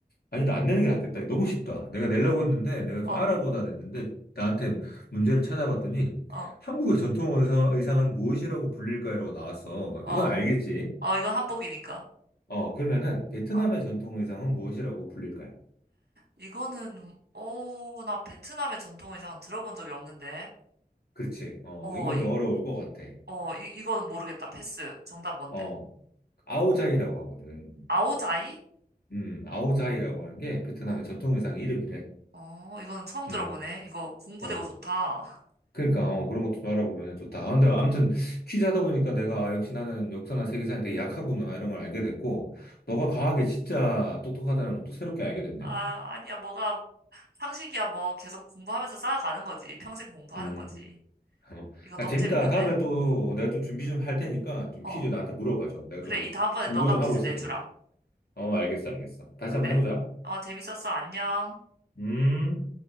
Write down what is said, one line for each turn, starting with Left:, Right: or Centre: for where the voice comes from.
Left: 아니, 나 안 내는 게 낫겠다. 너무 쉽다. 내가 내려고 했는데, 내가 좀
Right: 어,
Left: 알아보다 냈는데, 나한테 문제를 찾아봤더니,
Right: 어,
Left: 한국의 전통 의상- 의상은 무엇이라고 불릴까요?라고 나왔어.
Right: 어.
Left: 이건 알겠지?
Right: 어, 이건 한복이니까.
Left: 어, 그러면은, 베트남의
Right: 어
Left: 전통 의상은 무엇이라고 불릴까요?
Right: 이거는, 어, 나 베트남의 전통 의상은 들어본 적이 없는데.
Left: 그렇지. 어,
Right: 어,
Left: 이건
Right: 이,
Left: 좀 어려울 것 같아.
Right: 어, 이, 이거는 모르겠다. 패스. 정답 뭔데?
Left: 어, 아오자이라고 하거든.
Right: 아오자이?
Left: 음, 아오자이라고 하는 게 베트남의
Right: 어,
Left: 전통 의상 이름이래.
Right: 어, 이거는 처음 들어보네.
Left: 음,
Right: 이거 공부되고
Left: 어,
Right: 좋다. <laughs>
Left: 그러니까 어, 그런 것도 좀 알아보면 좋다. 아, 근데 아무튼 퀴즈 하다 보니까 내가 아, 역시 나는 역사나 세계사는 되게 약하구나 이런 걸 알게 됐고 너가 과학에 진짜 똑똑하다는 것도 새롭게 알게 됐네.
Right: 아, 아니야. 뭐가 상식이야. 뭐 계속 공부하면서 쌓아가는 거지. 평생 공부하는
Left: 음,
Right: 거지.
Left: 어.
Right: 이거 너무
Left: 야, 재밌다.
Right: 재밌는데?
Left: 다음에 또 내가 또 준비 좀 할 테니까 좀
Right: 어,
Left: 퀴즈 나한테 물어봐줘. 내가
Right: 그래.
Left: 좀 더
Right: 이 다음번에
Left: 공부
Right: 너가
Left: 좀
Right: 퀴즈
Left: 하고 있을
Right: 내주라.
Left: 테니까. 어, 알겠어, 알겠어. 다시
Right: 그래.
Left: 한번 해보자.
Right: 어, 재밌었어. 안녕.
Left: 음.